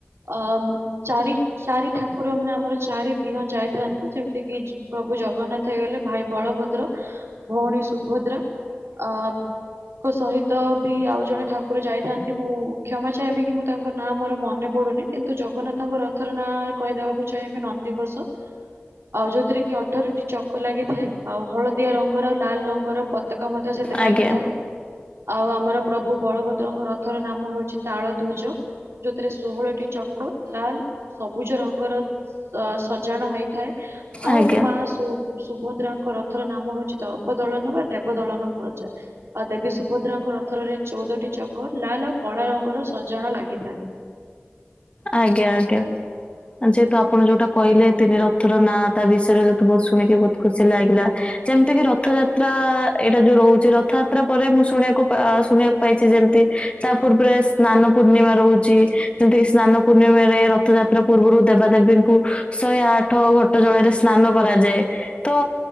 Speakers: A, on the right; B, on the left.
A: ଅମ୍ ଚାରି ଚାରି ଠାକୁର ମାନେ ଆମର ଚାରି ଦିିନଁ ଯାଇଥାନ୍ତି ଯେମତି କିି ପ୍ରଭୁ ଜଗନ୍ନାଥ ହେଇଗଲେ ଭାଇ ବଳଭଦ୍ର ଭଉଣୀ ସୁଭଦ୍ରା ଅ କ ସହିତ ବି ଆଉ ଜଣେ ଠାକୁର ଯାଇଥାନ୍ତି ମୁଁ କ୍ଷମା ଚାହିଁବି କି ମୁଁ ତାଙ୍କ ନାଁ ମୋର ମନେ ପଡୁନି କିନ୍ ତୁ ଜଗନ୍ନାଥଙ୍କ ରଥର ନାଁ କହି ଦବାକୁ ଚାହିଁବି ନନ୍ଦିଘୋଷ। ଆଉ ଯୋଉଥିରେ କି ଅଠରଟି ଚକ ଲାଗିଥାଏ ଆଉ ହଳଦିଆ ରଙ୍ଗର ଆଉ ଲାଲ୍ ର ଙ୍ଗର ପତାକା ମଧ୍ୟ ସେଥିରେ ଲାଗିଥାଏ।
B: ଆଜ୍ଞା
A: ଆଉ ଆମର ପ୍ରଭୁ ବଳଭଦ୍ରଙ୍କ ରଥର ନାମ ହଉଚି ତାଳଧ୍ୱଜ। ଯୋଉଥିରେ ଷୋହଳଟି ଚକ ଲାଲ୍ ଓ ସବୁଜ ରଙ୍ଗର ସ ସଜାଣ ହେଇଥାଏ। ଆଉ
B: ଆଜ୍ଞା
A: ଆମ ମା ସୁ ସୁଭଦ୍ରାଙ୍କ ରଥର ନାମ ହଉଚି ଦର୍ପଦଳନ ବା ଦେବଦଳନ କୁହାଯାଏ। ଆଉ ଦେବୀ ସୁଭଦ୍ରାଙ୍କ ରଥରରେ ଚଉଦଟି ଚକର ଲାଲ୍ ଆଉ କଳା ରଙ୍ଗର ସଜାଣ ଲାଗିଥାଏ।
B: ଆଜ୍ଞା ଆଜ୍ଞା। ଯେହେତୁ ଆପଣ ଯୋଉଟା କହିଲେ ତିନି ରଥ ର ନାଁ ତା ବିଷୟରେ <unintelligible> ବହୁତ୍ ଶୁଣିକି ବହୁତ୍ ଖୁସି ଲାଗିଲା। ଯେମ୍ତି କିି ରଥଯାତ୍ରା ଏଇଟା ଯୋଉ ରହୁଛି ରଥଯାତ୍ରା ପରେ ମୁଁ ଶୁଣିଆକୁ ପା ଶୁଣିଆକୁ ପାଇଛି ଯେମ୍ତି ତା ପୂର୍ବରେ ସ୍ନାନ ପୂର୍ଣ୍ଣିମା ରହୁଚି ଯେମ୍ତିକି ସ୍ନାନ ପୂର୍ଣ୍ଣିମାରେ ରଥଯାତ୍ରା ପୂର୍ବରୁ ଦେବାଦେବୀଙ୍କୁ ଶହେ ଆଠ ଘଟ ଜଳରେ ସ୍ନାନ କରାଯାଏ। ତ